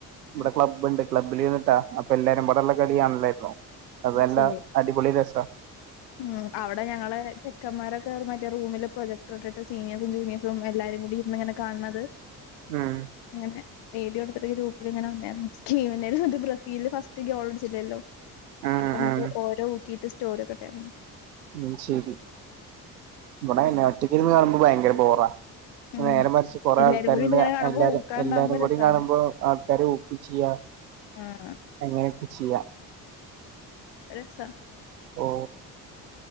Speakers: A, on the right; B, on the left.
A: ഇവിടെ
B: ഉം,
A: ക്ലബ്ബുണ്ട് ക്ലബ്ബിലിരിന്നിട്ടാ അപ്പ എല്ലാരുംബടെയുള്ള കളികാണലാരുന്നു അതെല്ല
B: അത് ശരി
A: അടിപൊളി രസ
B: ഉം അവിടെ ഞങ്ങളെ ചെക്കന്മാരൊക്കെ മറ്റേ റൂമിൽ പ്രൊജക്ടർ ഇടിട്ട് സീനിയേഴസും ജൂനിയേഴസും എല്ലാരും കൂടിരുന്ന് ഇങ്ങനെ കാണണത്
A: ഉം
B: അങ്ങനെ വീഡിയോടുത്തിട്ട് ഗ്രൂപ്പിൽ ഇങ്ങനെ വന്നായിരുന്നു <unintelligible> ബ്രസീൽ ഫസ്റ്റ് ഗ്യോൾ അടിച്ചില്ലല്ലോ
A: ആഹ്
B: അപ്പൊന്നിട്ട്
A: ആഹ്
B: ഓരോ ഊക്കിട്ട് സ്റ്റോറി ക്കട്ടെരുന്നു
A: ഉം ശരി ഇവടെ ഒറ്റക്ക്ന്ന് കാണുമ്പോ ഭയങ്കര ബോറാ
B: ഉം
A: നേരെ മറിച്ച് കൊറെ
B: എല്ലാരും
A: ആൾക്കാരുണ്ട്
B: കൂടി ഇങ്ങനെ കാണുമ്പോ
A: എല്ലാരെ
B: ഊക്കാണ്ടാവുമ്പോ
A: എല്ലാരുകൂടി
B: രസാണ്
A: കാണുമ്പോ ആൾക്കാര് ഊക്കി ചെയ്യാ
B: ആഹ്
A: അങ്ങനെയൊക്കെ ചെയ്യാം
B: രസ
A: ഓ